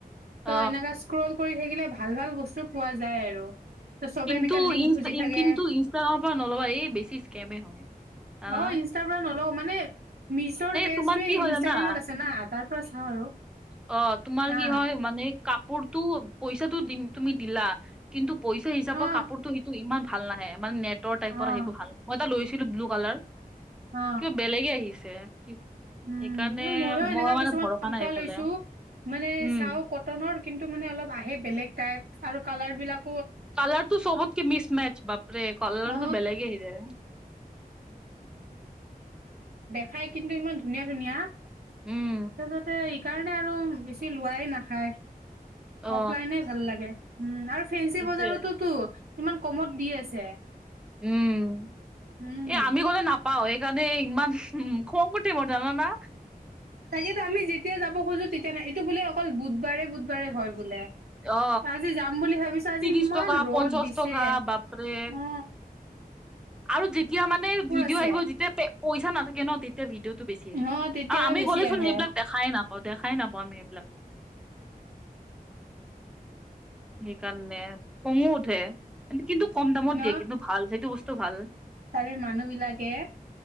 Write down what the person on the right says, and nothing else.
ত
এনেকা স্ক্ৰল কৰি থাকিলে ভাল ভাল বস্তু পোৱা যায় আৰু ত' চবে
এনেকা লিংক
খুজি থাকে
অ ইনষ্টাৰ পৰা নলওঁ মানে মিছৰ পেজটো
ইনষ্টাগ্ৰামত
আছে না তাৰ পৰা চাওঁ আৰু
হা
অ
অ
অ
উম
ময়ো এনেকা
কিছুমান
চোতা
লৈছো মানে
চাও কটনৰ কিন্তু মানে অলপ আহে বেলেগ টাইপ আৰু কালাৰ বিলাক
অ
খাই কিন্তু ইমান ধুনীয়া ধুনীয়া
তাৰপিছতে সেইকাৰণে আৰু বেছি লোৱাই নাখায়
অফলাই ভাল লাগে ফেঞ্চি
বজাৰতোতো ইমান কমত দি আছে
উম
তাকেতো আমি যেতিয়া যাব খোজো তেতিয়া নাই এইটো বোলে অকল বুধবাৰে বুধবাৰে হয় বোলে
আজি যাম বুলি ভাবিছো আজি
ইমান
ৰ'দ
দিছে
উ
আছে
অ তেতিয়া বেছি
আহে
ন
তাৰে মানুহ বিলাকে